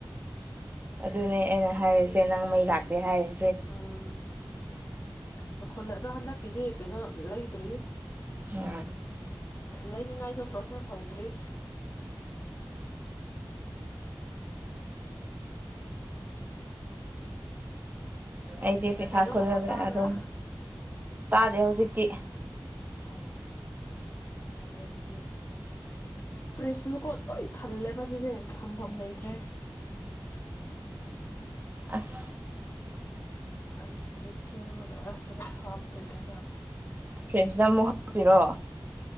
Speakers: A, on the right; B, on the left.
A: ꯑꯗꯨꯅꯦ ꯑꯩꯅ ꯍꯥꯏꯔꯤꯁꯦ ꯅꯪ ꯃꯩ ꯂꯥꯛꯇꯦ ꯍꯥꯏꯔꯤ
B: ꯑꯥ ꯈꯨꯜꯂ ꯑꯗꯣ ꯍꯟꯗꯛꯀꯤꯗꯤ ꯀꯩꯅꯣ ꯂꯩꯗ꯭ꯔꯤ
A: ꯑ
B: ꯂꯩꯅꯤꯡꯉꯥꯏꯁꯨ ꯄ꯭ꯔꯣꯁꯦꯁ ꯍꯧꯗ꯭ꯔꯤ
A: ꯑꯩꯗꯤ
B: ꯀꯩ
A: ꯄꯩꯁꯥ
B: ꯀꯩꯅꯣ
A: ꯈꯨꯜꯂꯝꯅꯤꯅ
B: ꯃꯈꯣꯟ ꯇꯥꯕ꯭ꯔꯥ
A: ꯑꯗꯨꯝ ꯇꯥꯗꯦ ꯍꯧ ꯖꯤꯛꯇꯤ
B: ꯑꯥꯎ ꯐꯔꯦ ꯗꯨ ꯐ꯭ꯔꯤꯁꯁꯨꯖꯨ ꯀꯣ ꯂꯣꯏ ꯊꯜꯂꯦꯕ ꯁꯤꯖꯦ ꯊꯝꯐꯝ ꯂꯩꯇ꯭ꯔꯦ
A: ꯑꯁ
B: ꯑꯥꯏꯁ ꯇꯤ ꯁꯦꯝꯃꯒ ꯑꯁꯤꯗ ꯍꯥꯞꯇꯣꯏꯅꯦꯕ
A: ꯐ꯭ꯔꯤꯁꯇ ꯑꯃꯨꯛ ꯍꯥꯞꯄꯤꯔꯣ